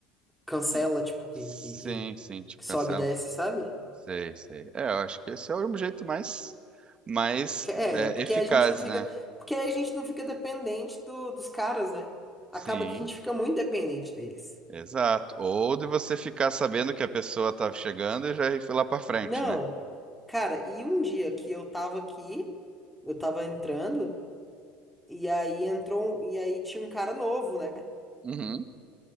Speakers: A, in the centre; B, on the right.
A: Cancela,
B: E-
A: tipo, que,
B: Sim,
A: que, que-
B: sim, tipo
A: que sobe
B: cancela.
A: e desce, sabe?
B: Sei, sei. É, eu acho que esse é o jeito mais mais
A: Que- É,
B: é,
A: porque
B: eficaz,
A: a gente não fica.
B: né?
A: Porque aí a gente não fica dependente do, dos caras, né?
B: Sim,
A: Acaba que a gente fica muito dependente deles.
B: exato. Ou de você ficar sabendo que a pessoa tá chegando e já ir lá pra frente,
A: Não.
B: né?
A: Cara, e um dia que eu tava aqui, eu tava entrando. E aí entrou, um, e aí tinha um cara novo, né?
B: Uhum.